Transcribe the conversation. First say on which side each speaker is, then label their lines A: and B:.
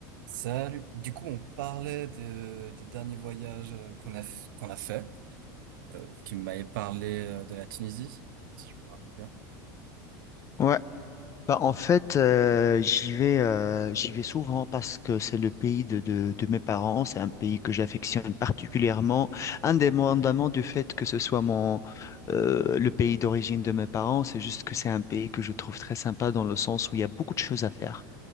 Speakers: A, on the right; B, on the left.
A: Salut. Du coup, on parlait de- des derniers voyages euh, qu'on a f- qu'on a fait. Euh, tu m'avais parlé euh, de la Tunisie, si je me rappelle bien.
B: Ouais, bah en fait euh, j'y vais euh, j'y vais souvent parce que c'est le pays de, de, de mes parents, c'est un pays que j'affectionne particulièrement, indépendamment du fait que ce soit mon euh, le pays d'origine de mes parents, c'est juste que c'est un pays que je trouve très sympa dans le sens où il y a beaucoup de choses à faire.